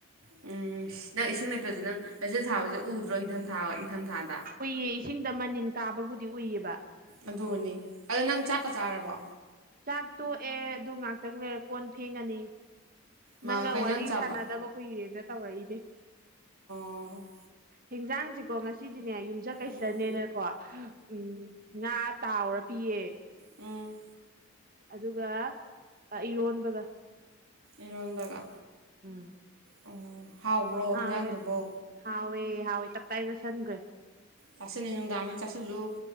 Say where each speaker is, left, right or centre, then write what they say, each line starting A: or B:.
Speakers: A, on the right; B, on the right.
A: ꯎꯝ ꯅꯪ ꯏꯁꯤꯡ ꯂꯩꯇ꯭ꯔꯁꯨ ꯅꯪ ꯂꯩꯆꯜ ꯊꯥꯕꯁꯦ ꯎꯗ꯭ꯔꯣ ꯏꯪꯊꯝ ꯊꯥꯕ ꯏꯪꯊꯝ ꯊꯥꯗ
B: ꯎꯏꯌꯦ ꯏꯁꯤꯡꯗ ꯃꯅꯤꯟ ꯀꯥꯕꯕꯨꯗꯤ ꯎꯏꯌꯦꯕ
A: ꯑꯗꯨꯅꯤ ꯑꯗꯨ ꯅꯪ ꯆꯥꯛꯀ ꯆꯥꯔꯕꯣ
B: ꯆꯥꯛ ꯇꯣꯛꯑꯦ ꯑꯗꯨ ꯉꯥꯛꯇꯪ ꯂꯩꯔ ꯀꯣꯟ ꯐꯦꯡꯉꯅꯤ ꯅꯪꯒ
A: ꯃꯥ ꯀꯩꯖꯥꯡ
B: ꯋꯥꯔꯤ
A: ꯆꯥꯕ
B: ꯁꯥꯟꯅꯗꯕ ꯀꯨꯏꯔꯦꯅ ꯇꯧꯔꯛꯏꯅꯦ꯫
A: ꯑꯣ꯫
B: ꯍꯤꯟꯖꯥꯡꯁꯤꯀꯣ ꯉꯁꯤꯗꯤꯅꯦ ꯌꯨꯝꯖꯀꯩꯁꯠꯅꯦꯅꯀꯣ
A: ꯎꯝ
B: ꯎꯝ ꯉꯥ ꯇꯥꯎꯔ ꯄꯤꯌꯦ꯫
A: ꯎꯝ
B: ꯑꯗꯨꯒ ꯑ ꯏꯔꯣꯟꯕꯒ꯫
A: ꯏꯔꯣꯟꯕꯒ
B: ꯎꯝ
A: ꯑꯣ ꯍꯥꯎꯕ꯭ꯔꯣ
B: ꯍꯥꯎꯋꯦ
A: ꯍꯤꯟꯖꯥꯡꯗꯨꯕꯣ꯫
B: ꯍꯥꯎꯋꯦ ꯍꯥꯎꯋꯦ ꯇꯞ ꯇꯥꯏ ꯆꯥꯁꯟꯒ꯭ꯔꯦ꯫
A: ꯆꯥꯁꯤꯟꯅꯤ ꯅꯨꯡꯗꯥꯡꯗ ꯆꯥꯁꯤꯜꯂꯨ